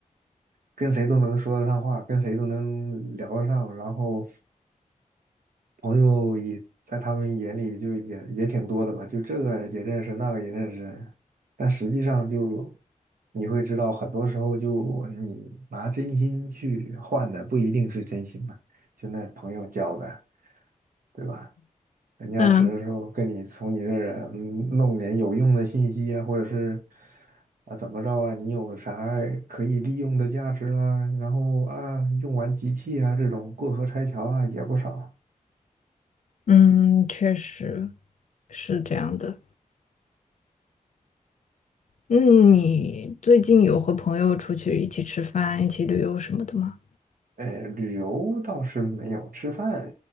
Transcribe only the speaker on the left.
嗯
嗯，确实是这样的。嗯，你最近有和朋友出去一起吃饭、一起旅游什么的吗？